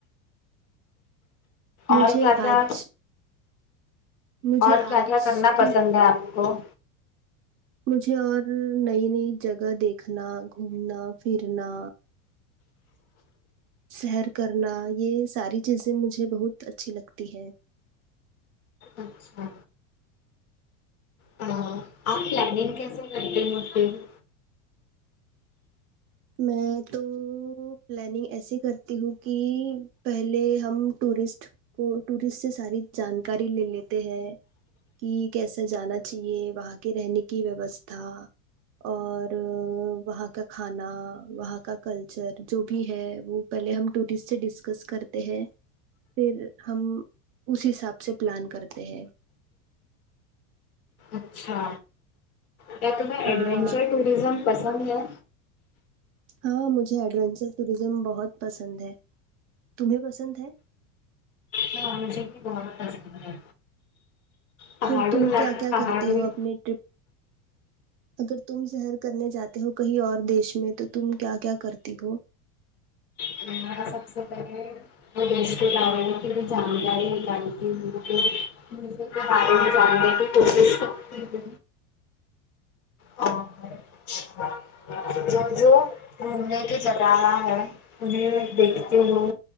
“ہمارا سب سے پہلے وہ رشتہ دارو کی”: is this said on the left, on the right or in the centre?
Left